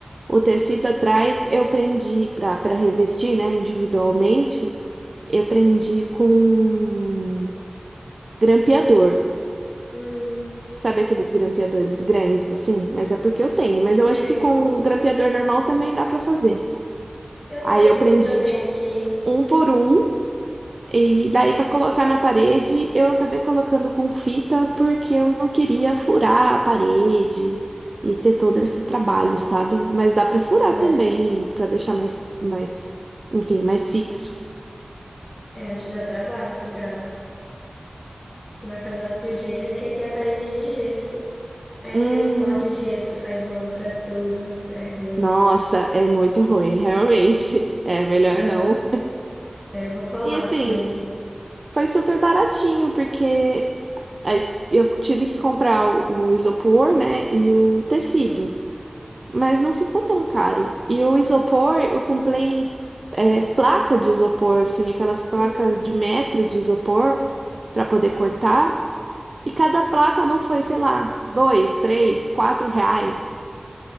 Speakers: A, on the right; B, on the left.
A: o tecido atrás eu prendi para para revestir, né, individualmente, eu prendi com grampeador.
B: Hum,
A: Sabe aqueles grampeadores grandes assim? Mas é porque eu tenho, mas
B: sei.
A: eu acho que com grampeador normal também dá para fazer.
B: Eu
A: Aí
B: tenho
A: eu
B: desse
A: prendi
B: também
A: de
B: aqui.
A: um por um E daí, para colocar na parede, eu acabei colocando com fita porque eu não queria furar a parede e ter todo esse trabalho, sabe? Mas dá para furar
B: É,
A: também, para deixar mais, mais, enfim, mais fixo.
B: é, acho que dá trabalho furar. Vai fazer uma sujeira, que aqui é a parede é de gesso. É aquele
A: Hum,
B: pó de gesso sai voando pra tudo. É ruim.
A: nossa, é muito ruim, <laughs> realmente. É melhor
B: Aham.
A: não.
B: É, eu vou colar
A: E assim,
B: mesmo.
A: foi super baratinho porque aí eu tive que comprar o o isopor, né, e o tecido. mas não ficou tão caro. E o isopor, eu comprei é, placa de isopor, assim, aquelas placas
B: Hum,
A: de metro de isopor para poder cortar. E cada placa não foi, sei lá, dois, três, quatro reais.